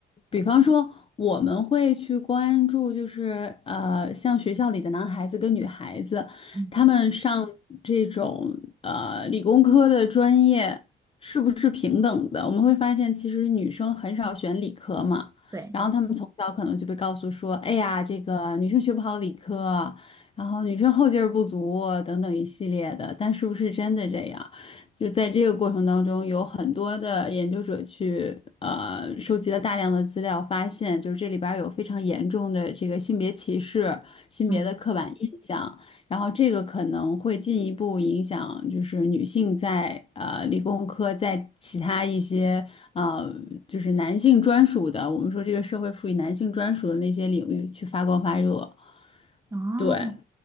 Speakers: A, on the left (about 30°); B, on the right (about 15°).
A: 比方说，我们会去关注，就是呃，像学校里的男孩子跟女孩子，
B: 嗯，
A: 他们上这种呃理工科的专业是不是平等的？我们会发现，其实女生很少选理科嘛，
B: 对。
A: 然后他们从小可能就被告诉说，哎呀，这个女生学不好理科，然后女生后劲儿不足啊等等一系列的，但是不是真的这样？就在这个过程当中，有很多的研究者去呃收集了大量的资料，发现就是这里边儿有非常严重的这个性别歧视、性别的刻板印象，
B: 嗯，
A: 然后这个可能会进一步影响就是女性在呃理工科在其他一些呃就是男性专属的，我们说这个社会赋予男性专属的那些领域去发光发热，
B: 哦，
A: 对。